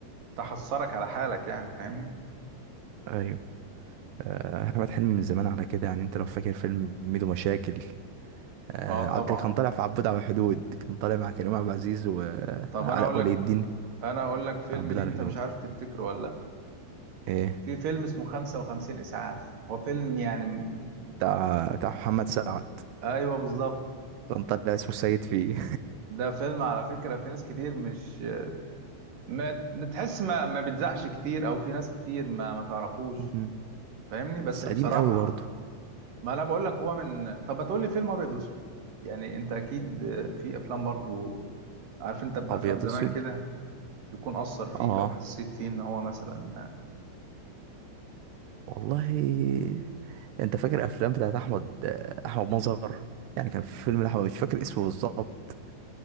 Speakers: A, on the right; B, on the right.
A: تحسرك على حالك يعني فاهمني
B: ايوه آه، احمد حلمي من زمان على كده يعني انت لو فاكر فيلم ميدو مشاكل آه
A: اه طبعا
B: عدى كان طالع في عبود على الحدود كان طالع مع كريم عبد العزيز وعلاء
A: طب انا اقول
B: ولي
A: لك
B: الدين
A: انا اقول لك فيلم
B: عبود
A: ليه
B: على
A: انت
B: الحدود
A: مش عارف تفتكره ولا لا
B: ايه
A: في فيلم اسمه 55 اسعاف هو فيلم يعني م-
B: بتاع بتاع محمد سعد
A: ايوه بالظبط
B: كان طالع اسمه السيد فيه
A: ده فيلم على فكره في ناس كتير مش ما بتحس ما ما بتزعش كتير او في ناس كتير ما ما تعرفوش
B: <laughs> مم.
A: فاهمني بس
B: بس قديم
A: بصراحة
B: قوي برضه
A: ما انا بقول لك هو من طب ما تقول لي فيلم ابيض واسود يعني انت اكيد في افلام برضو عارف انت بافلام
B: ابيض
A: زمان
B: واسود
A: كده يكون اثر فيك
B: اه
A: او حسيت فيه ان هو مثلا
B: والله انت فاكر افلام بتاعت احمد احمد مظهر يعني كان في فيلم لاحمد مش فاكر اسمه بالظبط